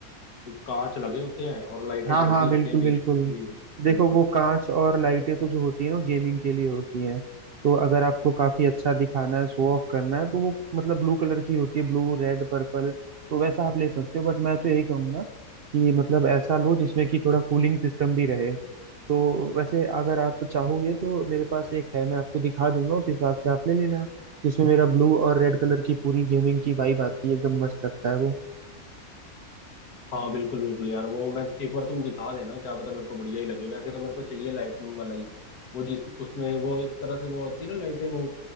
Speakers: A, on the left; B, on the right.
A: कांच लगे होते हैं और लाइटें
B: हाँ
A: जग
B: हाँ
A: रही होती
B: बिल्कुल
A: हैं बीच
B: बिल्कुल
A: बीच
B: देखो
A: बिल्कुल
B: वो कांच और लाइटें तो जो होती है ना गेमिंग के लिए होती हैं तो अगर आपको काफी अच्छा दिखाना है शो ऑफ करना है तो वो मतलब ब्लू कलर की होती है ब्लू रेड पर्पल तो वैसा आप ले सकते हो बट मैं तो यही कहूंगा कि मतलब ऐसा लो जिसमें कि थोड़ा कूलिंग सिस्टम भी रहे तो वैसे अगर आप चाहोगे तो मेरे पास एक है मैं आपको दिखा दूंगा उस हिसाब से आप ले लेना जिसमें मेरा ब्लू और रेड कलर की पूरी गेमिंग की वाइब आती है एकदम मस्त लगता है वो
A: हाँ बिल्कुल बिल्कुल यार वो मैं एक बार तुम दिखा देना क्या पता मेरे को बढ़िया ही लगे वैसे तो मेरे को चाहिए लाइटनिंग वाला ही वो जिस उसमें वो एक तरह से वो होती है ना लाइटें वो